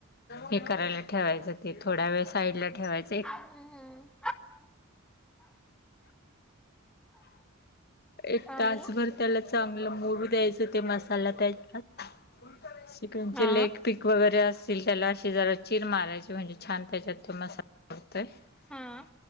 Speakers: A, on the left (about 50°); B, in the centre.
A: हे करायला ठेवायचं ते. थोड्या वेळ साईड ला ठेवायचं एक
B: हम्म
A: एक
B: आणि
A: तासभर त्याला चांगलं मूरु द्यायच ते मसाला त्याच्यात चिकनचे
B: हा
A: लेग पीक वगैरे असतील त्याला. ते जरा चिर मारायचे म्हणजे छान त्याच्यात तो मसाला <unintelligible>
B: हा